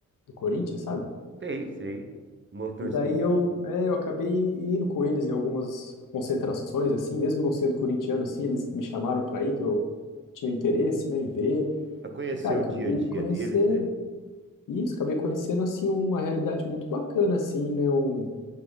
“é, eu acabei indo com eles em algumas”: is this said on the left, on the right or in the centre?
Left